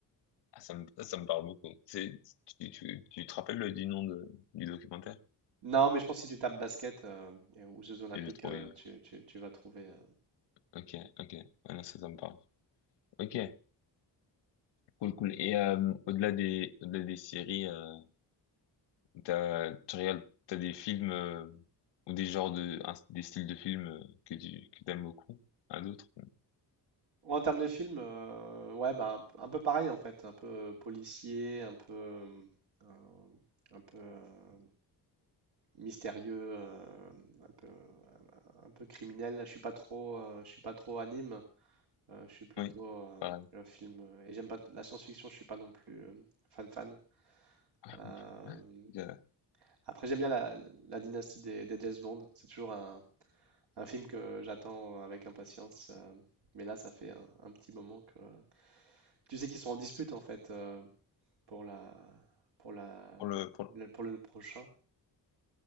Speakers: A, on the left; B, on the right.
A: Ah, ça me, ça, ça me parle beaucoup. C'est, tu, tu, tu te rappelles le, du nom de, du documentaire?
B: Non, mais je pense que si tu tapes basket euh, et- ou Jeux Olympiques,
A: je j'ai trouvé,
B: euh,
A: ouais.
B: tu, tu- tu vas trouver. euh,
A: Ok, ok. Voilà, ça, ça me parle. Ok, cool, cool. Et euh, au-delà des, au-delà des séries, euh, t'as, tu regardes, t'as des films euh, ou des genres de, un- des styles de films euh, que tu, que t'aimes beaucoup, à d'autres?
B: Ouais, En termes de film, euh, ouais, bah, un, un peu pareil en fait, un peu policier, un peu, euh, un peu euh, mystérieux, euh, un peu, un peu criminel. Je suis pas trop, euh, je suis pas trop anime. euh, je suis plutôt
A: Oui,
B: euh,
A: pareil.
B: euh, film. euh, Et j'aime pas t- la science-fiction. Je suis pas non plus euh, fan fan.
A: <laughs>
B: Euh,
A: Euh,
B: après, j'aime bien la, la dynastie des, des James Bond. C'est toujours un, un film que j'attends avec impatience. euh, mais là, ça fait un, un petit moment que tu sais qu'ils sont en dispute en fait. euh, pour la pour la,
A: Pour le, pour le...
B: le- pour le prochain.